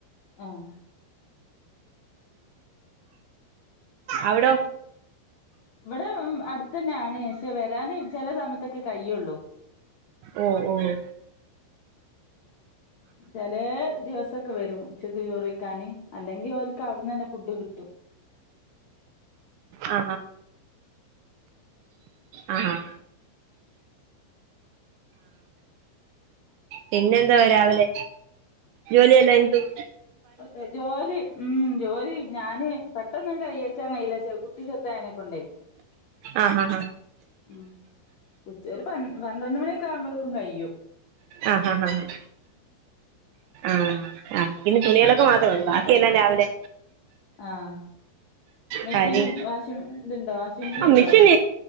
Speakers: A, on the left; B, on the right.
A: ആഹ്
B: അവിട
A: ഇവിടെ അടുത്തന്നെ ആണ് പക്ഷെ വരാന് ചെല സമയത്തൊക്കെ കയ്യുള്ളു
B: ഓഹ് ഓഹ്
A: ചെലേ ദിവസ ക്കെ വരും ഉച്ചക്ക് ചോറയിക്കാന് അല്ലെങ്കിൽ ഓലക്ക് അവിടുന്ന് തന്നെ ഫുഡ് കിട്ടും
B: ആ ആഹ് ആഹ് പിന്നെ എന്താ രാവിലെ ജോലിയല്ല അങ്ങ് തീർ
A: അതെ ജോലി ഉം ജോലി ഞാന് പെട്ടെന്ന് കയ ഉച്ചങ്ങയില കുട്ടി ചെറുതായിനെ കൊണ്ടേ
B: ആ ആ ആ
A: ഉം ഉച്ച ഒരു പ പന്ത്രണ്ട് മണിയൊക്കെ ആകുമ്പോ ക്കും കയ്യും
B: ആഹ് ഹഹ ആഹ ആഹ് ആ പിന്നെ തുണിയലക്ക് മാത്രള്ളൂ ബാക്കിയെല്ലാം രാവിലെ
A: ആഹ് മെഷീന്
B: പഴേ
A: വാഷിം ഇതുണ്ടോ വാഷിംഗ് മെഷീൻ
B: ആ
A: ഇണ്ടോ?
B: മിഷൻ